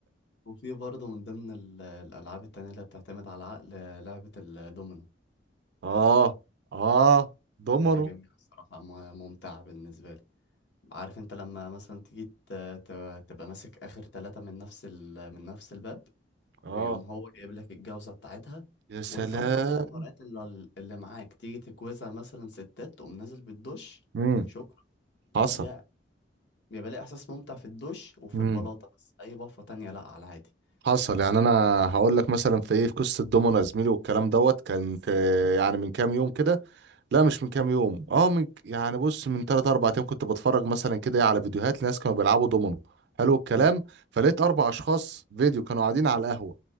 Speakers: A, on the left (about 65°); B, on the right (about 65°).
A: وفي برضه من ضمن ال- الالعاب التانية اللي بتعتمد على العقل لعبة الدومينو
B: <laughs> اه اه ضمنه
A: لعبة جميلة الصراحة م- ممتعة بالنسبة لي عارف انت لما مثلا تيجي ت- ت- تبقى ماسك اخر ثلاثة من نفس ال... من نفس الباب
B: اه
A: ويقوم هو جايب لك الجوزة بتاعتها
B: يا سلام
A: وانت هما ثلاث ورقات اللي اللي معاك تيجي تجوزها مثلا ستات تقوم نازل بالدش
B: امم
A: شكرا يبقى
B: حصل
A: ليها بيبقى ليه احساس ممتع في الدش وفي
B: امم
A: البلاطه بس اي بفه تانية لا على عادي
B: حصل
A: بس
B: يعني انا هقول لك مثلا في ايه في قصه الدومنه يا زميلي والكلام دوت كانت آه، يعني من كام يوم كده لا مش من كام يوم اه من يعني بص من 3 4 ايام كنت بتفرج مثلا كده إيه على فيديوهات لناس كانوا بيلعبوا دومينو حلو الكلام
A: امم
B: فلقيت اربع اشخاص فيديو كانوا قاعدين على القهوة